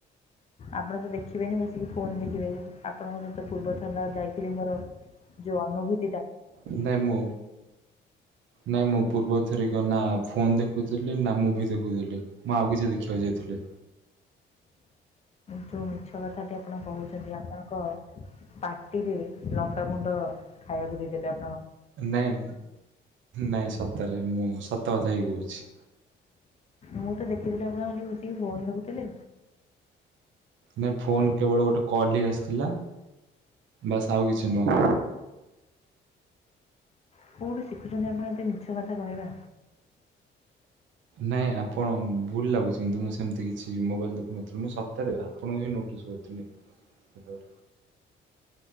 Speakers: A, on the left; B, on the right.
A: ଆପଣ ତ ଦେଖିବେନି ବସିକି ଫୋନ ଦେଖିବେ। ଆପଣଙ୍କ ସହିତ ପୂର୍ବ ଥାନା ଯାଇଥିଲି ମୋର ଯୋଉ ଅନୁଭୂତି
B: ନାଇଁ ମୁଁ, ନାଇଁ ମୁଁ ପୂର୍ବ ଥର କ ନା ଫୋନ ଦେଖୁଥିଲି ନା ମୁଭି ଦେଖୁଥିଲି ମୁଁ ଆଉ କିଛି ଦେଖିବାକୁ ଯାଇଥିଲି।
A: ଯୋଉ ମିଛ କଥାଟି ଆପଣ କହୁଛନ୍ତି, ଆପଣଙ୍କ ପାଟିରେ ଲଙ୍କାଗୁଣ୍ଡ ଖାଇବାକୁ ଦେଇଦବା।
B: ନାଇଁ, ନାଇଁ ସତରେ ମୁଁ ସତ କଥା ହେଇ କହୁଛି।
A: ମୁଁ ତ ଦେଖିଥିଲି ଆପଣ ହେମିତି ଟିକେ ଫୋନ ଦେଖୁଥିଲେ
B: ନାଇ ଫୋନ କେବଳ ଗୋଟେ କଲ ହି ଆସିଥିଲା। ବାସ୍ ଆଉ କିଛି ନୁହ?
A: କେଉଠୁ ଶିଖୁଛନ୍ତି ଆପଣ ଏତେ ମିଛ କଥା କହିବା।
B: ନାଇଁ ଆପଣ ଭୁଲ ଲାଗୁଛି କିନ୍ତୁ ମୁଁ ସେମିତି କିଛି ମୋବାଇଲ ଦେଖୁନ ମୁ ସପ୍ତାହରେ ଆପଣଙ୍କୁ ହିଁ ନୋଟିସ୍ କରିଥିଲି ହେଠୁ